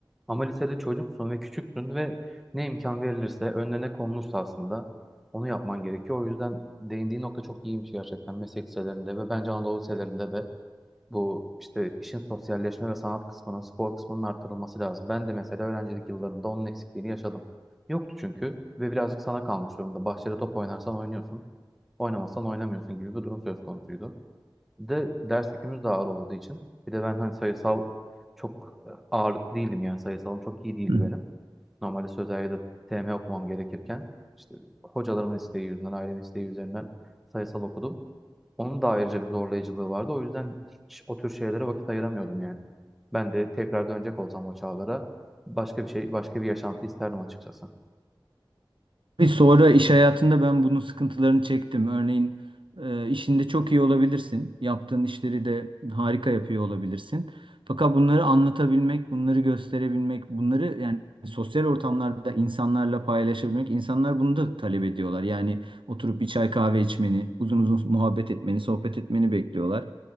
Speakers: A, in the centre; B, on the right (about 75°).
A: Ama lisede çocuksun ve küçüksün ve ne imkan verilirse, önüne ne konulursa aslında onu yapman gerekiyor. O yüzden değindiğin nokta çok iyiymiş gerçekten meslek liselerinde ve bence Anadolu liselerinde de Bu işte işin sosyalleşme ve sanat kısmının, spor kısmının artırılması lazım. Ben de mesela öğrencilik yıllarımda onun eksikliğini yaşadım. Yoktu çünkü ve birazcık sana kalmış durumda. Bahçede top oynarsan oynuyorsun, oynamazsan oynamıyorsun gibi bir durum söz konusuydu. Bir de ders yükümüz de ağır olduğu için. Bir de ben hani sayısal çok e, ağırlıklı değildim yani sayısalım çok iyi değildi
B: Hı.
A: benim. Normalde sözel ya da TM okumam gerekirken işte hocalarımın isteği yüzünden, ailemin isteği üzerinden sayısal okudum. Onun da ayrıca bir zorlayıcılığı vardı. O yüzden hiç o tür şeylere vakit ayıramıyordum yani. Ben de tekrar dönecek olsam o çağlara başka bir şey, başka bir yaşantı isterdim açıkçası.
B: Ve sonra iş hayatında ben bunun sıkıntılarını çektim. Örneğin e, işinde çok iyi olabilirsin. Yaptığın işleri de harika yapıyor olabilirsin. Fakat bunları anlatabilmek, bunları gösterebilmek, bunları yani sosyal ortamlarda insanlarla paylaşabilmek, insanlar bunu da talep ediyorlar. Yani oturup bir çay kahve içmeni, uzun uzun muhabbet etmeni, sohbet etmeni bekliyorlar.